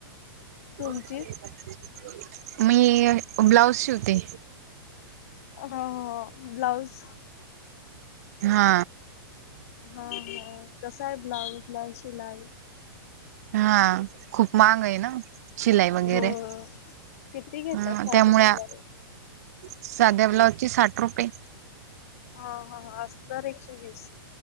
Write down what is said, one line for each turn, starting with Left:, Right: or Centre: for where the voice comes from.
Right: <unintelligible>
Left: तुमची
Right: मी ब्लाऊज शिवते.
Left: हा हा ब्लाउज
Right: हा
Left: हा हा कसा आहे ब्लाउज ला शिलाई
Right: हा खूप महाग आहे ना शिलाई वगैरे
Left: हो किती घेतात
Right: ह
Left: साध्या
Right: त्यामुळे
Left: ब्लाउज
Right: साध्या ब्लाउज ची‌ साठ रुपये
Left: हा हा अस्तर एकशे वीस